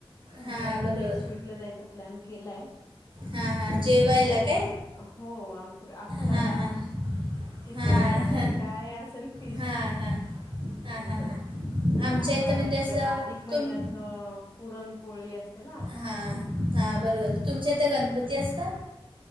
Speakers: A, on the left; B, on the right.
A: तिच्याकडे
B: हां बरोबर
A: नेक्स् वीक. जायचा प्लॅन केलाय.
B: हां हां जेवायला
A: कारण
B: काय
A: म हो आमच्या आखाडाला.
B: हां हां
A: चिकन
B: हां
A: मटन
B: हां
A: काय असेल फिश
B: हां हां हां
A: असं.
B: हां हां आमच्या
A: आखाड
B: इथं म्हणजे
A: परत
B: असं
A: आधिक महिन्यात
B: तुम
A: पुरणपोळी असत ना.
B: हा हा बरोबर तुमच्या इथ गणपती असतात?